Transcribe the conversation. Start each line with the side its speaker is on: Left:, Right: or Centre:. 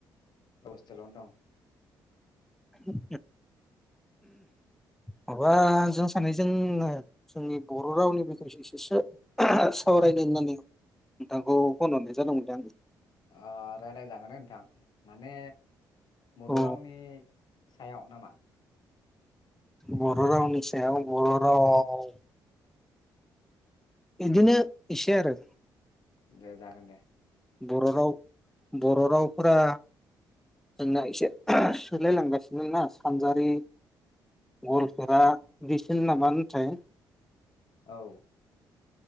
Left: औ हस्टेलावनो दं।
Centre: उम माबा जों सानैजों जोंनि बर रावनि <unintelligible> इसेसो सावरायनो होननानै नोंथांखौ फन हरनाय जादोंमोनलै आं
Left: ओ रायलायजागोन दे नोंथां माने बर'
Centre: औ
Left: रावनि सायाव नामा?
Centre: बर' रावनि सायाव बर' रावाव इदिनो इसे आरो
Left: दे जागोन दे।
Centre: बर' राव बर'रावफोरा जोंना इसे सोलायलांगासिनो ना सानजारि गलफेरा बिसोर नामा ओनथाय
Left: औ